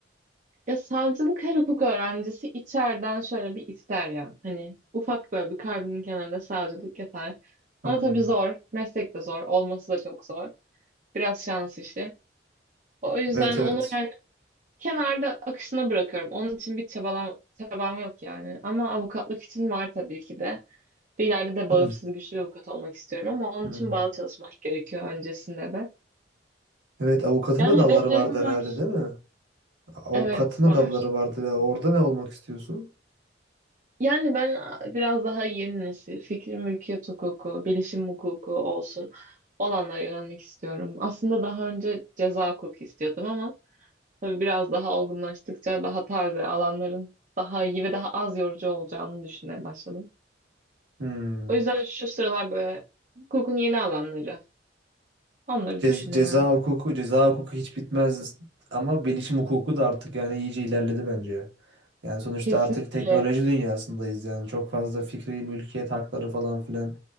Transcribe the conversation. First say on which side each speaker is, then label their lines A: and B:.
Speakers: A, on the right; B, on the right.
A: Ya savcılık her hukuk öğrencisi içeriden şöyle bir ister ya. Hani ufak böyle bir kalbinin kenarında savcılık yatar.
B: Hmm.
A: Ama tabii zor. Meslek de zor. Olması da çok zor. Biraz şans işi. O yüzden
B: Evet evet.
A: onu kenarda akışına bırakıyorum. Onun için bir çabalam, çabam yok yani. Ama avukatlık için var tabii ki de. Bir ileride de
B: Hmm.
A: bağımsız güçlü bir avukat olmak istiyorum ama onun
B: Hmm.
A: için bağlı çalışmak gerekiyor öncesinde de.
B: Evet avukatın
A: Yani
B: da dalları
A: hedeflerim
B: vardı herhalde
A: var.
B: değil mi? Avukatın
A: Evet
B: da
A: var.
B: dalları vardı. Ya, Orada ne olmak istiyorsun?
A: Yani ben biraz daha yeni nesil, fikri mülkiyet hukuku, bilişim hukuku olsun olanlara yönelmek istiyorum. Aslında daha önce ceza hukuku istiyordum ama tabii biraz daha olgunlaştıkça daha taze alanların daha iyi ve daha az yorucu olacağını düşünmeye başladım.
B: Hmm.
A: O yüzden şu sıralar böyle hukukun yeni alanları. Onları
B: Ce-
A: düşünüyorum.
B: ceza hukuku, ceza hukuku hiç bitmez ama bilişim hukuku da artık yani iyice ilerledi bence. Yani sonuçta
A: Kesinlikle,
B: artık teknoloji dünyasındayız yani çok fazla fikri mülkiyet hakları falan filan